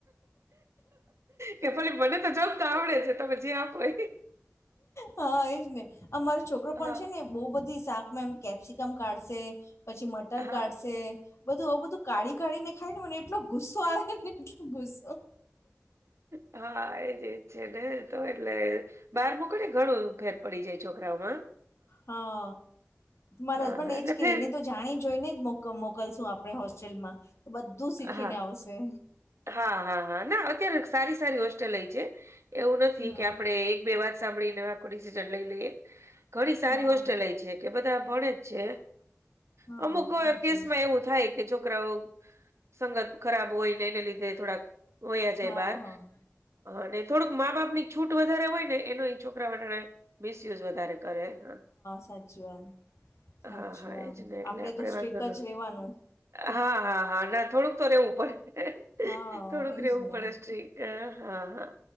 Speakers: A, on the right; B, on the left.
A: કે પેલી મને તો જમ તો આવડે છે તમે જે આપો એ
B: હા, એજ ને અમારો છોકરો પણ
A: હા,
B: છે ને બહુ બધી શાકમાં આમ કેપ્સિકમ કાઢશે પછી મટર
A: હા.
B: કાઢશે બધું આવું બધું કાઢી કાઢીને ખાય ને મને એટલો ગુસ્સો આવેને ગુસો
A: હા એ ચેચેને એ તો એલ બહાર મોકલે ઘણું ફેર પડી જાય છોકરાઓમા
B: હા મારા
A: હા
B: હસબન્ડ
A: હા
B: એજ
A: એટલે
B: કે
A: ફેર
B: એને તો જાણી જોઈને જ મોક મોકલશું આપણે હોસ્ટેલમાં તો બધું શીખીને
A: હા
B: આવશે.
A: હા હા હા ના અત્યારે સારી સારી હોસ્ટેલય છે. એવું નથી
B: હા
A: કે આપડણે એક બે વાત સાંભળીને આખો ડિસિઝન લઈ લઈએ. ઘણી સારી
B: હા
A: હોસ્ટેલ છે. કે બધા ભણેે જ છે
B: હા
A: હ અમુક
B: એજ
A: કેસમાં
B: એજ
A: એવું થાય કે છોકરાઓ. સંગત ખરાબ હોય ને એને લીધે થોડાક વયા જાય
B: હા
A: બહાર
B: હા
A: અને થોડુંક મા બાપ ની છૂટ વધારે હોય ને એનો છોકરા વાળા મિસયુઝ વધારે કરે હા
B: સાચી વાત સાચી
A: હા હા
B: વાત
A: એજ ને એટલે આપડે
B: તો સ્ટ્રીક
A: વાંધો ન
B: જ રેવાનું
A: હા હા હા ના થોડુંક તો રહેવું પડે
B: હા
A: થોડુંક
B: એજ
A: રહેેવું
B: ને
A: પડે સ્ટ્રીક અ હા હા